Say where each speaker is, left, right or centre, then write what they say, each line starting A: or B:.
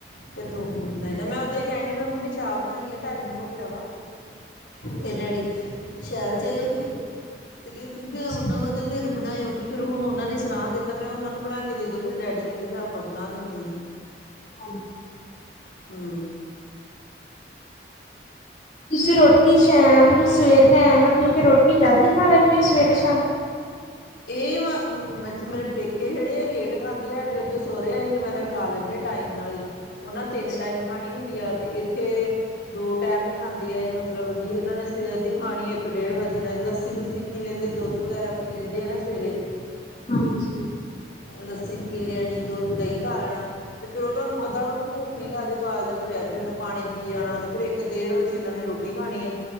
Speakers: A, on the left; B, on the left.
A: ਤੇ ਤੂੰ ਮੈਂ ਕਿਹਾ, ਮੈ ਹੀ ਕਹਿਣ ਡਈ ਮੈਂ ਮੰਮੀ ਚਾਹ ਬਣਾਈ ਏ ਟਾਈਮ ਹੋ ਗਿਆ ਵਾ।
B: ਹਾਂਜੀ
A: ਤੇ ਡੈਡੀ ਸ਼ਹਿਰ ਚਲੇ ਗਏ। ਤੇ ਕਹਿੰਦੀ ਮੈਂ
B: ਅੱਛਾ
A: ਉਹਨਾਂ ਵਾ ਤੇ ਫਿਰ ਬਣਾਇਓ ਤੇ ਫਿਰ ਹੁਣ ਉਹਨਾਂ ਨੇ ਸਣਾਹ ਦਿੱਤਾ ਮੈਂ, ਉਹਨਾਂ ਨੂੰ ਬਣਾ ਕੇ ਦੇ ਦੋ ਫਿਰ ਡੈਡੀ ਆਉਂਦੇ ਫਿਰ ਆਪਾਂ ਬਣਾ ਲੈਂਦੇ ਹਾਂ।
B: ਹਾਂਜੀ।
A: ਹੂ
B: ਤੁਸੀਂ ਰੋਟੀ ਸ਼ਾਮਾਮ ਨੂੰ ਸਵੇਰ ਟਾਈਮ ਮਤਲਬ ਕਿ ਰੋਟੀ ਜਲਦੀ ਖਾ ਲੈਂਦੇ ਹੋ ਸਵੇਰੇ- ਸ਼ਾਮ? <inaudible>
A: ਇਹ ਵ ਇੱਥੇ ਮੇਰੇ ਪੇਕੇ ਜਿਹੜੇ ਲੇਟ ਖਾਂਂਦੇ ਆ ਸਾਡੇ ਉੱਥੇ ਸੋਹੁਰਿਆ ਸੀ ਤੇ ਮੈਂ ਖਾ ਲੈਂਦੇ ਟਾਈਮ ਨਾਲ ਹੀ। ਉਹਨਾਂ ਤਿੰਨ
B: ਅੱਛਾ
A: ਟਾਈਮ ਖਾਣੀ ਹੁੰਦੀ ਆ ਤੇ ਇੱਥੇ ਦੋ ਟਾਈਮ ਹੀ ਖਾਂਦੀ ਆ ਇਹ ਮਤਲਬ ਕਿ ਇਹਨਾਂ ਨੇ ਸਿਹਤ ਦੀ ਖਾਣੀ ਇੱਕ-ਡੇਢ ਵਜੇ ਨਾਲ ਲੱਸੀ-ਲੁੱਸੀ ਪੀ ਲੈਂਦੇ ਦੁੱਧ ਦੁੱਧ ਵਗੈਰਾ ਪੀ ਲੈਂਦੇ ਆ ਨਾ ਸਵੇਰੇ।
B: ਹਾਂਜੀ।
A: ਲੱਸੀ ਪੀ ਲੈਣੀ, ਦੁੱਧ, ਦਹੀਂ ਖਾ ਲੈਣਾ ਤੇ ਫੇਰ ਉਹ ਤੁਹਾਨੂੰ
B: ਹਾਂਜੀ
A: ਪਤਾ ਵਾ ਵੀ ਭੁੱਖ ਨੀ ਲਾਦੇ ਕਾਲਜਾ ਭਰਿਆ- ਭਰ ਰਹਿਂਦਾ, ਪਾਣੀ ਪੀ ਜਾਣਾ ਤੇ ਫੇਰ ਇੱਕ-ਡੇਢ ਵਜੇ ਇਹਨਾਂ ਨੇ ਰੋਟੀ ਖਾਣੀ ਅ।